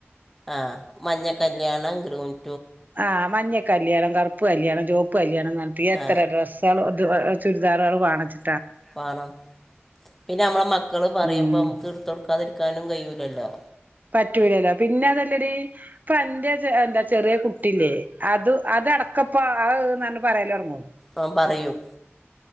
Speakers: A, in the centre; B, on the right.
A: ആഹ് മഞ്ഞ കല്യാണം ഗ്രൂമ്
B: ആഹ് മഞ്ഞ കല്യാണം കുരു പ്പ് കല്യാണം ചോപ്പ് കല്യാണ ണന്ന് പറഞ്ഞിട്ട് എത്ര
A: ആ
B: ഡ്രസാള് <unintelligible> ചുരിദാറാള് വേണച്ചു
A: വേണം പിന്നെ നമ്മളെ മക്കള് പറയുമ്പോ
B: ഉം
A: നമുക്ക് എടുത്ത് കൊടുക്കാതിരിക്ക ക്കാനും കഴിയൂലല്ലോ
B: പറ്റൂലല്ലോ പിന്നെ അതല്ലടി, ഇപ്പ അന്റെ എന്താ ചെറിയ കുട്ടില്ലേ അത് അതടക്കപ്പ ആഹ്ന്ന് പറയലൊടങ്ങും.
A: ആഹ് പറയും.